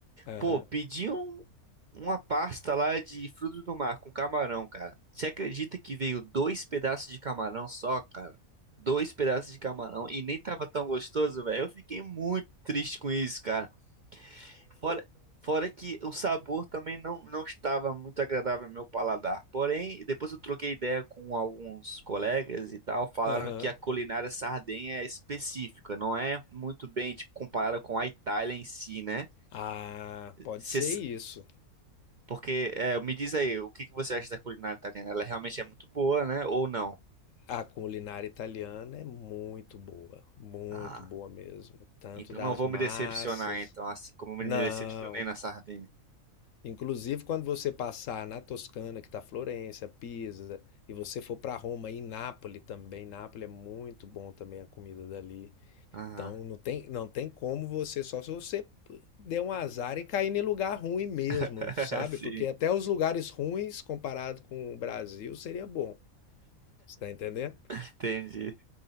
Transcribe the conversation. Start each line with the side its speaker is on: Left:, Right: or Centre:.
Left: Aham,
Right: Pô, pedi um- uma pasta lá de frutos do mar com camarão, cara. Você acredita que veio dois pedaços de camarão só, cara? Dois pedaços de camarão e nem tava tão gostoso, velho. Eu fiquei muito triste com isso, cara. Fora, fora que o sabor também não, não estava muito agradável ao meu paladar. Porém, depois eu troquei ideia com alguns colegas e tal, falaram
Left: aham.
Right: que a culinária sardenha é específica, não é muito bem tipo, comparada com a Itália em si, né?
Left: Ah, pode
Right: Cês-
Left: ser isso.
Right: porque é, me diz aí, o que que você acha da culinária italiana? Ela realmente é muito boa, né? Ou não?
Left: A culinária italiana é muito boa, muito
Right: Ah,
Left: boa mesmo, tanto
Right: então
Left: das
Right: não vou
Left: massas.
Right: me decepcionar, então, assim como me
Left: Não.
Right: me decepcionei na sardinha.
Left: Inclusive, quando você passar na Toscana, que está Florença, Pisa, e você for para Roma e Nápoles também, Nápoles é muito bom também a comida dali.
Right: Aham.
Left: Então, não tem, não tem como você, só se você der um azar e cair em lugar ruim mesmo,
Right: <laughs>
Left: sabe?
Right: Sim,
Left: Porque até os lugares ruins, comparado com o Brasil, seria bom. Você está entendendo?
Right: entendi.